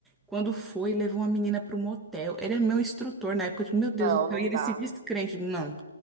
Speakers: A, in the centre; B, on the right.
A: Quando foi, levou uma menina pro motel. Ele era meu instrutor na época, eu digo, meu Deus
B: Não,
A: do céu,
B: não
A: e ele
B: dá.
A: se descrente. Eu digo, Não.